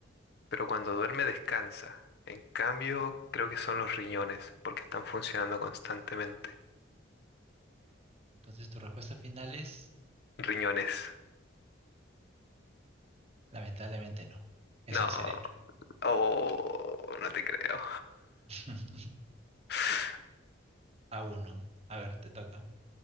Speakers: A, on the left; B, on the right.
A: pero cuando duerme descansa. En cambio, creo que son los riñones, porque están funcionando constantemente.
B: Entonces, tu respuesta final es
A: Riñones.
B: Lamentablemente no. Es
A: No,
B: el cerebro.
A: oh, no te creo.
B: <laughs>
A: <laughs>
B: A uno. A ver, te toca.